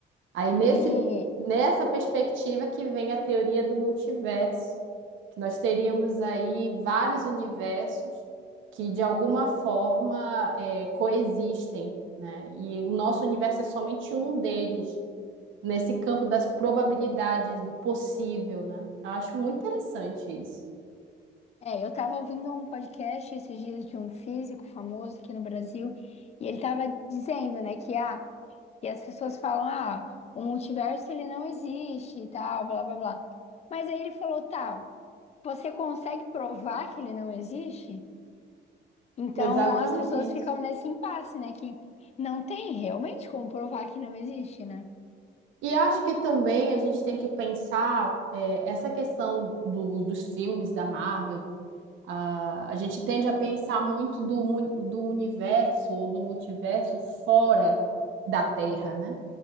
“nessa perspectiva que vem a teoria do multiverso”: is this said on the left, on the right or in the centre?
Right